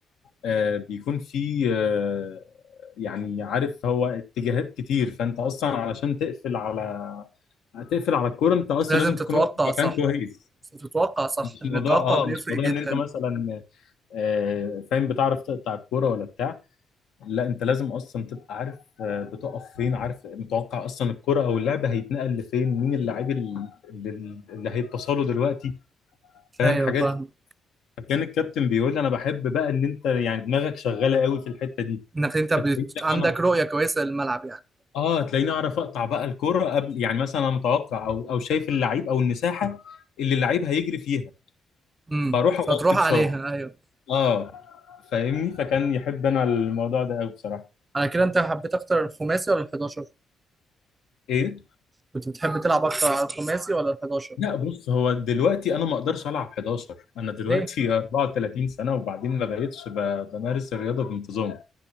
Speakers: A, on the left (about 80°); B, on the right (about 25°).
A: آه بيكون فيه آه يعني عارف هو اتجاهات كتير فانت اصلا علشان تقفل على تقفل على الكوره انت اصلا
B: لازم
A: لازم
B: تتوقع
A: تكون واقف في مكان
B: صح
A: كويس
B: تتوقع صح
A: مش
B: ان
A: موضوع
B: التوقع
A: اه
B: بيفرق
A: مش موضوع
B: جدا
A: ان انت مثلا آه، فاهم بتعرف تقطع الكوره ولا بتاع لا انت لازم اصلا تبقى عارف آه، بتقف فين عارف متوقع اصلا الكرة او اللعبة هيتنقل لفين مين اللاعب ال- اللي, اللي هيتبصله دلوقتي فاهم
B: ايوه
A: حاجات
B: فاهم
A: كان الكابتن بيقول لي انا بحب بقى ان انت يعني دماغك شغالة قوي في الحتة دي
B: انك انت
A: فتلاقيني
B: بت... عندك
A: انا
B: رؤية كويسة للملعب يعني
A: اه تلاقيني اعرف اقطع بقى الكرة قبل يعني مثلا انا متوقع او او شايف اللعيب او المساحة اللي اللعيب هيجري فيها
B: امم
A: فاروح اغطي
B: فتروح
A: بسرعة
B: عليها ايوه
A: اه فاهمني فكان يحب انا الموضوع ده قوي بصراحة
B: على كده انت حبيت اكتر الخماسي ولا ال11
A: ايه
B: كنت بتحب تلعب اكتر على الخماسي ولا ال11
A: لا بص هو دلوقتي انا ما اقدرش العب 11 انا دلوقتي
B: ليه
A: <laughs> 34 سنه وبعدين ما بقتش ب- بمارس الرياضه بانتظام